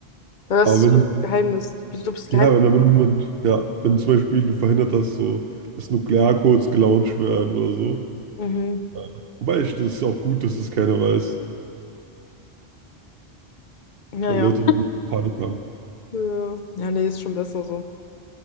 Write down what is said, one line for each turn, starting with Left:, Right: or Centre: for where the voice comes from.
Left: Weil Das
Right: aber
Left: ist
Right: wenn,
Left: so ein Geheimnis. Du bist
Right: ja,
Left: die
Right: wenn damit jemand, ja, wenn zum Beispiel du verhindert hast, so, dass Nuklearcodes gelauncht werden oder so.
Left: Mhm.
Right: Ja. Wobei ich, das ist auch gut, dass das keiner weiß.
Left: Ja,
Right: Weil
Left: ja.
Right: Leute würden ja Panik haben.
Left: Ja, Ja, nee, ist schon besser so.